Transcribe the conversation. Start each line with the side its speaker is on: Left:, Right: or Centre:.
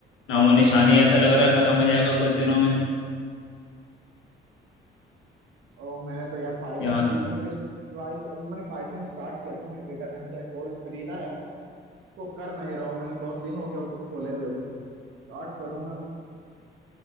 Left: नामो निशान ही ऐसा लग रहा है ख़त्म हो जाएगा कुछ दिनों में
Right: और मैंने तो यार पाइथन
Left: यहाँ
Right: सीखने के ट्राई अभी मैंने पाइथन स्टार्ट किया था मैंने डेटा साइंस का कोर्स खरीदा है वो कर नहीं रहा हूँ मैंने बहुत दिन हो गया उसको खोले हुए भी स्टार्ट करूंगा